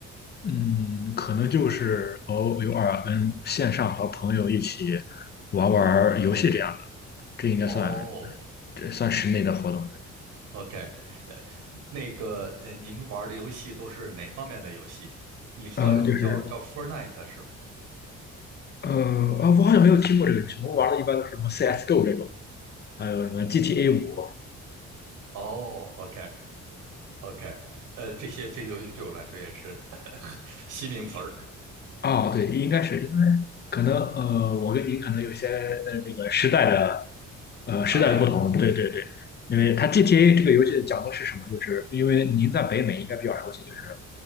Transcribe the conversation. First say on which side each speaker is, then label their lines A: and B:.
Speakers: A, on the left; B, on the right.
A: 嗯，可能就是和偶尔跟线上和朋友一起玩玩游戏这样的，这应该算
B: 哦
A: 这算室内的活动。
B: ，OK，呃，那个呃，您玩的游戏都是哪方面的游戏？你知道有个叫叫
A: 嗯、呃就是
B: Fortnite 是吧？
A: 呃啊，我好像没有听过这个游戏，我们玩的一般都是什么 CS:GO 这种，还有什么 GTA 五，
B: 哦，OK OK，呃，这些这些游戏对我来说也是 <laughs> 新名词儿，
A: 哦，对，应该是因为可能呃，我跟您可能有些呃这个时代的呃时代的不同，
B: 差别。
A: 对对对，因为它 GTA 这个游戏讲的是什么？就是因为您在北美应该比较熟悉，就是